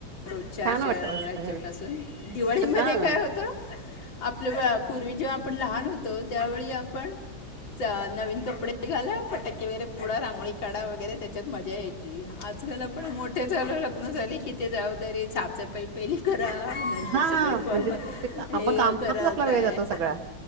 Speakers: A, on the left; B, on the right.
A: रोजच्या
B: छान
A: अशा
B: वाटतं मस्त
A: राज्या
B: घरी.
A: पाासून दिवाळीमध्ये
B: हां.
A: काय होत आपलं पूर्वी जेव्हा आपण लहान होतो त्यावेळी आपण नवीन कपडे घाला फटके वगैरे पुढा रांगोळी काढा वगैरे त्याच्यात मजा यायची आत आजकाल आपण मोठे झालो लग्न झाली किती जबाबदारी साचपाई पहिली कर नंतर
B: हां,
A: सगळे
B: म्हणजे ते
A: हे
B: आपण कामातच
A: करा
B: आपला
A: काय
B: वेळ जातो सगळा